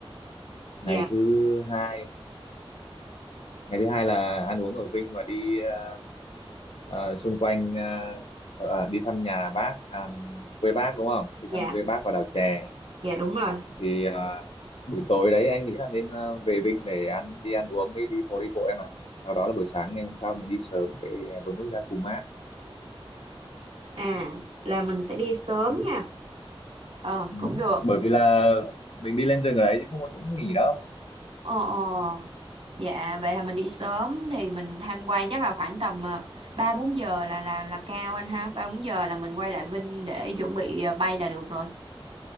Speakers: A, on the left; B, on the right.
A: ngày
B: dạ
A: thứ hai ngày thứ hai là ăn uống ở Vinh và đi ờ, ờ, xung quanh ờ, ờ, à, đi thăm nhà bác à, quê bác đúng không đi
B: dạ
A: thăm quê bác và đảo chè
B: dạ đúng rồi
A: thì ờ, buổi tối đấy anh nghĩ là nên ờ, về Vinh để ăn đi ăn uống với đi phố đi bộ em ạ sau đó là buổi sáng ngày hôm sau mình đi sớm về vườn quốc gia Pumat
B: à là mình sẽ đi sớm
A: đấy.
B: ha Ờ
A: Ừ.
B: cũng được.
A: bởi vì là mình đi lên rừng ở đấy chứ không có chỗ nghỉ đâu
B: Ờ ờ. Dạ vậy là mình đi sớm thì mình tham quan chắc là khoảng tầm ờ, ba bốn giờ là là là cao anh ha. Ba bốn giờ là mình quay lại Vinh để chuẩn bị ờ, bay là được rồi.